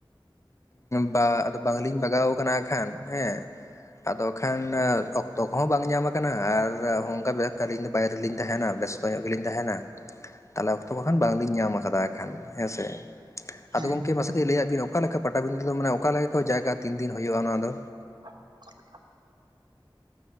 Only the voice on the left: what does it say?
ᱵᱟ ᱟᱫᱚ ᱵᱟᱝᱞᱤᱧ ᱵᱟᱜᱟᱣ ᱟᱠᱟᱱᱟᱜ ᱟᱠᱷᱟᱱ ᱦᱮᱸ᱾ ᱟᱫᱚ ᱠᱷᱟᱱ ᱚᱠᱛᱚ ᱠᱚᱦᱚᱸ ᱵᱟᱝ ᱧᱟᱢ ᱟᱠᱟᱱᱟ ᱟᱨ ᱦᱚᱝᱠᱟ ᱟᱹᱞᱤᱧ ᱫᱚ ᱵᱟᱭᱨᱮ ᱨᱮᱞᱤᱧ ᱛᱟᱦᱮᱱᱟ ᱵᱮᱥ ᱛᱚ ᱜᱮᱞᱤᱧ ᱛᱟᱦᱮᱱᱟ ᱛᱟᱦᱚᱞᱮ ᱚᱠᱛᱚ ᱵᱟᱠᱷᱟᱱ ᱵᱟᱝᱞᱤᱧ ᱧᱟᱢ ᱠᱟᱫᱟ ᱮᱠᱷᱟᱱ ᱦᱮᱸᱥᱮ ᱟᱫᱚ
ᱜᱚᱝᱠᱮ
ᱢᱟᱥᱮ ᱠᱟ. ᱡ ᱞᱟᱹᱭᱟᱜ ᱵᱤᱱ ᱚᱠᱟ ᱞᱮᱠᱟ ᱯᱟᱴᱟᱵᱤᱱᱸᱫᱟᱹ ᱫᱚ ᱢᱟᱱᱮ ᱚᱠᱟ ᱞᱮᱠᱟ ᱠᱚ ᱡᱟᱭᱜᱟ ᱛᱤᱱ ᱫᱤᱱ ᱦᱩᱭᱩᱜᱼᱟ ᱚᱱᱟ ᱫᱚ